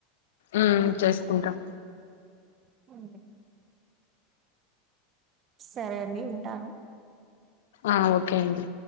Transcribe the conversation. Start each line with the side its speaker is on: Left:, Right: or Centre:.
Left: ఆ చేసుకుంటాం
Right: అవును సరే అండి ఉంటాను
Left: ఆ ఓకే అండి